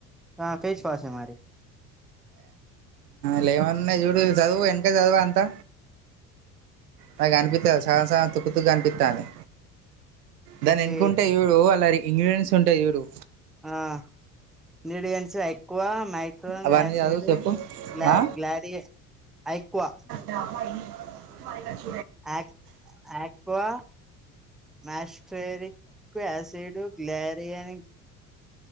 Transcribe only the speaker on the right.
లే ఏమున్నాయో చూడు చదువు వెనక చదువు అంతా నాకు అనిపిస్తది సగం సగం తుక్కుతుక్కు అనిపిస్తాంది దాని
వెనుకుంటే చూడు అల్లరి ఇంగ్రీడియంట్స్ ఉంటాయి చూడు
అవన్నీ
చదువు చెప్పు
ఆ
రామా ఈ వైలెన్స్